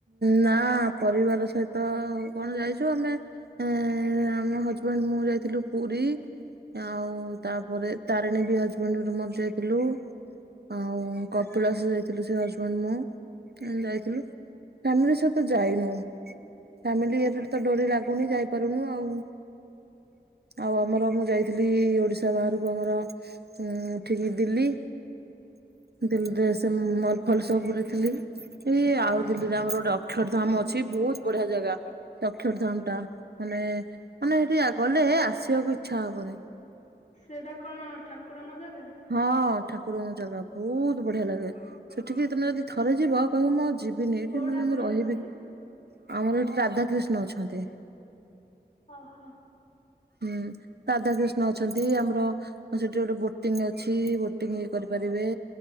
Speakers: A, on the right (about 70°); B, on the left (about 45°).
A: ନା ପରିବାର ସହିତ କଣ ଯାଇଚୁ ଆମେ ଏ ଆମ ହଜବେଣ୍ଡ ମୁଁ ଯାଇଥିଲୁ ପୁରୀ ଆଉ ତାପରେ ତାରିଣୀ ବି ହଜବେଣ୍ଡ ମୋର ଯାଇ ଥିଲୁ ଆଉ କପିଳାସ ଯାଇଥିଲୁ ସେ ହଜବେଣ୍ଡ ମୁଁ ଯାଇଥିଲୁ। ଫ୍ୟାମିଲି ସହିତ ଯାଇନୁ। ଫ୍ୟାମିଲି ଏକ ରେ ଡୋରି ଲାଗୁନି ଯାଇପାରୁନୁ ଆଉ। ଆଉ ଆମର ମୁଁ ଯାଇଥିଲି ଓଡିଶା ବାହାରକୁ ଆମର ଉଁ ଉଠିକି ଦିଲ୍ଲୀ ଦିଲ୍ଲୀରେ ସେ ମଲ ଫଲ ସବୁ ବୁଲିଥିଲି। ଏଇ ଆଉ ଦିଲ୍ଲୀରେ ଆମର ଗୋଟେ ଅକ୍ଷରଧାମ ଅଛି ବହୁତ ବଢିଆ ଜାଗା। ଅକ୍ଷରଧାମ ଟା ମାନେ ମାନେ ସେଠି ଗଲେ ଆସିବାକୁ ଇଚ୍ଛା ହବନି।
B: ସେଇଟା କଣ ଠାକୁରଙ୍କ ଜାଗା?
A: ହଁ ଠାକୁରଙ୍କ ଜାଗା ବହୁତୁ ବଢିଆ ଲାଗେ ସେଠିକି ତମେ ଯଦି ଥରେ ଯିବ କହିବ ମୁଁ ଆଉ ଯିବିନି ଏଠି
B: କୋଉ
A: ମାନେ
B: ଠାକୁର
A: ମୁଁ ରହିବି
B: ଅଛନ୍ତି
A: ଆମର ଏଠି ରାଧାକୃିଷ୍ଣ ଅଛନ୍ତି।
B: ଅହ।
A: ହୁଁ ରାଧାକ୍ରିଷ୍ଣ ଅଛନ୍ତି ଆମର ସେଠି ଗୋଟେ ବୋ ଟିଂ ଅଛି ବୋଟିଂ ଇଏ କରିପାରିବେ।